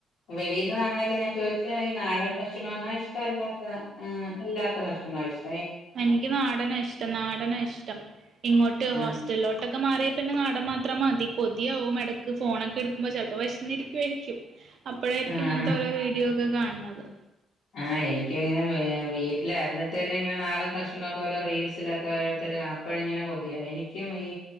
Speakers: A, on the left (about 75°); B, on the right (about 60°).
A: വെളിൽന്ന് വാങ്ങണെല്ല ഞാൻ ചോദിച്ചാ ഈ നാടൻ ഭക്ഷണന്നാ ഇഷ്ടമല്ലാത്ത അല്ലാത്ത ഭക്ഷണങ്ങളാ ഇഷ്
B: എനിക്ക് നാടന ഇഷ്ടം നാടന ഇഷ് ത്തം ഇങ്ങോട്ട് ഹോസ്റ്റലിലോട്ടൊക്കെ
A: ആഹ്
B: മാറിയ പിന്നെ നാടൻ മാത്രം മതി കൊതിയാവും മെടക്ക് ഫോണൊക്കെ എടുക്കുമ്പോ ചെലപ്പൊ വേഷന്ന് ഇരിക്കാരികും അപ്പോഴായിരിക്കും
A: ആഹ്
B: ഇങ്ങനത്തെ ഒരോ വീഡിയോ <unintelligible> കാണത്
A: ആഹ് എനിക്കിങ്ങനെ വീട്ടിലായിരുന്നിട്ട് തന്നെ ഇങ്ങനെ നാടൻ ഭക്ഷണംമൊക്കെ ഓരോ റീൽസിലൊക്കെ ഓരോരുത്തർ അപ്പഴ ഇങ്ങനെ കൊതിയ എനിക്കും ഈ